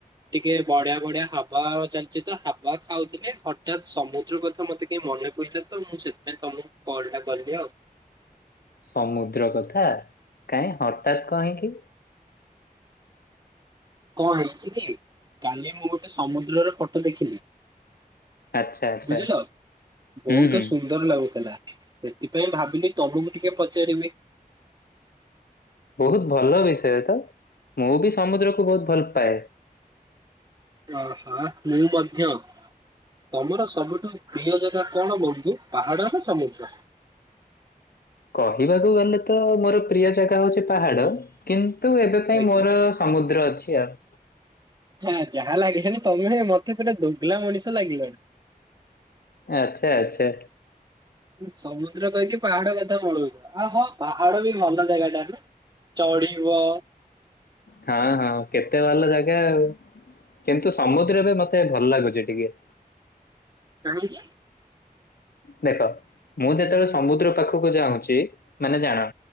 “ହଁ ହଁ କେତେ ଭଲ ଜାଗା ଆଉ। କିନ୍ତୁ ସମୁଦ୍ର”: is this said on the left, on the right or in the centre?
Left